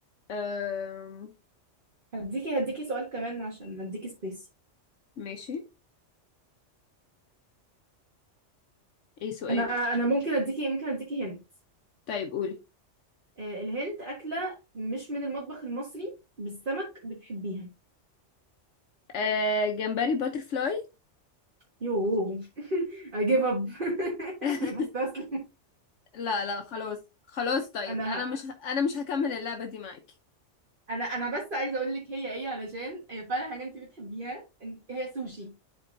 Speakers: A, on the left; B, on the right.
A: أم...
B: هديكي هديكي سؤال كمان عشان نديكي سبيس
A: ماشي ايه سؤالك
B: أنا أنا ممكن أديكي ممكن أديكي هنت
A: طيب قولي
B: آه الهنت أكلة مش من المطبخ المصري بالسمك بتحبيها
A: أه... جمبري باترفلاي
B: يو <laughs> I give up <laughs>
A: <laughs>
B: انا بستسلم
A: لا لا خلاص خلاص طيب
B: انا
A: انا مش ه... انا مش هكمل اللعبة دي معاكي
B: انا انا بس عايزه اقول لك هي ايه علشان هي فعلا حاجه انت بتحبيها إن- هي سوشي